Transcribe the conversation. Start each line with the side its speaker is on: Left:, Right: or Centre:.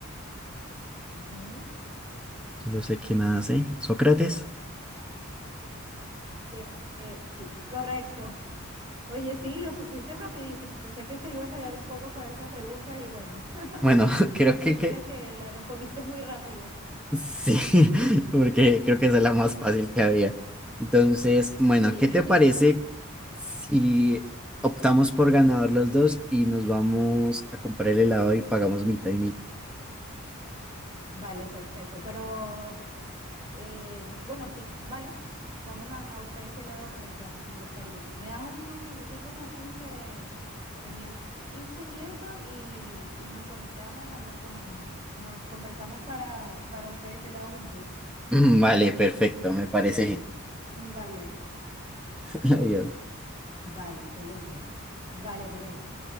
Right: Ujú.
Centre: Solo sé que nada sé. Sócrates.
Right: Eh, eh, sí, correcto. <laughs> Oye, sí, lo supiste rapidísimo. Pensé que te iba a enredar un poco con esa pregunta y bueno, <laughs>
Centre: Bueno, <laughs> creo
Right: resulta
Centre: que, que
Right: que la respondiste muy rápido.
Centre: Sí, <laughs> porque creo que esa es la más fácil que había. Entonces, bueno,
Right: Sí,
Centre: ¿qué te parece si optamos por ganador los dos y nos vamos a comprar el helado y pagamos mitad y mitad?
Right: <laughs> vale, perfecto. Pero eh, bueno, sí, vale. Vamos a, a buscar ese lado, pero ya, me gustaría. Me das unos minuticos así que, que me aliste y eso y, y nos conectamos o nos, con, nos conversamos para, para buscar ese lado juntos.
Centre: <laughs> Vale, perfecto, me parece bien.
Right: Vale.
Centre: <laughs> Adiós.
Right: Vale, excelente. Vale, Rubén.